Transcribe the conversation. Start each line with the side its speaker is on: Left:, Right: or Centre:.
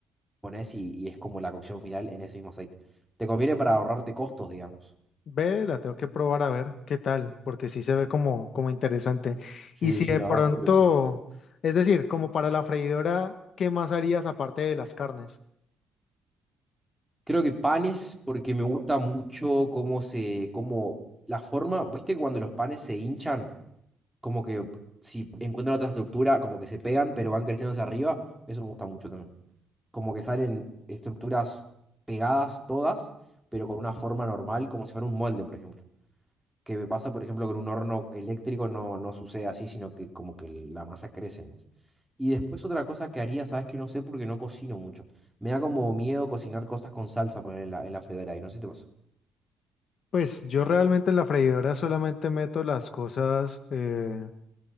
Centre: pones y, y es como la cocción final en ese mismo aceite. Te conviene para ahorrarte costos, digamos.
Left: Ve, la tengo que probar a ver qué tal, porque sí se ve como, como interesante.
Centre: Sí,
Left: Y si
Centre: sí,
Left: de
Centre: la
Left: pronto,
Centre: verdad, muy rico.
Left: es decir, como para la freidora, ¿qué más harías aparte de las carnes?
Centre: Creo que panes, porque me gusta mucho cómo se, cómo la forma, viste que cuando los panes se hinchan, como que si encuentran otra estructura, como que se pegan, pero van creciendo hacia arriba, eso me gusta mucho también. como que salen estructuras pegadas todas, pero con una forma normal, como si fuera un molde, por ejemplo. Que me pasa, por ejemplo, con un horno eléctrico no, no sucede así, sino que como que la masa crece nomás. Y después otra cosa que haría, sabes que no sé porque no cocino mucho. Me da como miedo cocinar cosas con salsa poner en la, en la freidora y no sé si te pasa.
Left: Pues yo realmente en la freidora solamente meto las cosas eh,